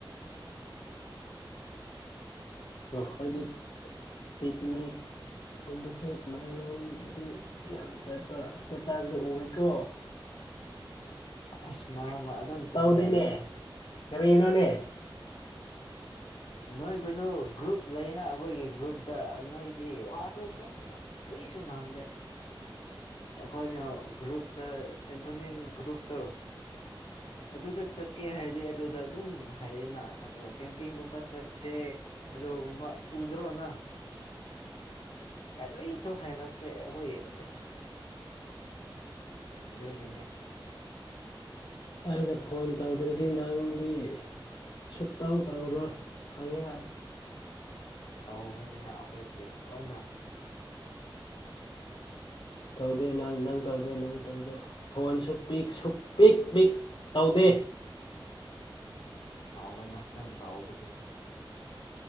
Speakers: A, on the left (about 65°); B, on the left (about 85°).
A: ꯅꯥꯈꯣꯏꯗꯤ ꯄꯛꯅꯤꯛ ꯒꯨꯝꯕꯁꯨ ꯇꯃꯦꯡꯂꯣꯡꯗꯤ ꯌꯥꯝ ꯆꯠꯄ ꯏꯁꯇꯦꯇꯥꯗꯤ ꯑꯣꯏꯀꯣ
B: ꯑꯁ ꯃꯔꯛ ꯃꯔꯛ ꯑꯗꯨꯝ ꯆꯠꯂꯦ
A: ꯁꯥꯎꯗꯅꯦ ꯀꯥꯔꯤꯅꯣꯅꯦ
B: ꯅꯣꯏꯕꯨꯁꯨ ꯒ꯭ꯔꯨꯞ ꯂꯩꯅ ꯑꯩꯈꯣꯏꯒꯤ ꯒ꯭ꯔꯨꯞꯇ ꯅꯣꯏꯗꯤ ꯋꯥꯁꯨ ꯈꯛ ꯈꯔꯥ ꯀꯔꯤꯁꯨ ꯉꯥꯡꯗꯦ ꯑꯩꯈꯣꯏꯅ ꯒ꯭ꯔꯨꯞꯇ ꯑꯦꯟꯊꯣꯅꯤꯟ ꯒ꯭ꯔꯨꯞꯇꯨ ꯑꯗꯨꯗ ꯆꯠꯀꯦ ꯍꯥꯏꯔꯗꯤ ꯑꯗꯨꯗ ꯑꯗꯨꯝ ꯍꯥꯏꯌꯦꯅ ꯑꯗꯣ ꯀꯦꯝꯄꯤꯡꯒꯨꯝꯕ ꯆꯠꯁꯦ ꯍꯜꯂꯣ ꯀꯝꯕ ꯎꯗꯔꯣ ꯅꯪ ꯀꯔꯤꯁꯨ ꯍꯥꯏꯔꯛꯇꯦ ꯑꯩꯈꯣꯏ ꯑꯁ ꯑꯗꯨꯗꯣ ꯅꯅꯦ
A: ꯑꯩꯅ ꯐꯣꯟ ꯇꯧꯗ꯭ꯔꯗꯤ ꯅꯪꯗꯤ ꯁꯨꯛꯇꯧ ꯇꯧꯔꯣꯏ ꯈꯪꯉꯦ
B: ꯇꯧꯕꯅꯤꯅ ꯑꯩꯈꯣꯏꯗꯤ ꯂꯣꯏꯅ
A: ꯇꯧꯗꯦ ꯅꯪ ꯅꯪ ꯇꯧꯗꯦ ꯅꯪ ꯇꯧꯗꯦ ꯐꯣꯟ ꯁꯨ ꯄꯤꯛ ꯁꯨꯛ ꯄꯤꯛ ꯄꯤꯛ ꯇꯧꯗꯦ
B: ꯇꯑꯣ ꯅ ꯑꯗꯨꯝ ꯇꯧꯕꯗꯨꯗꯤ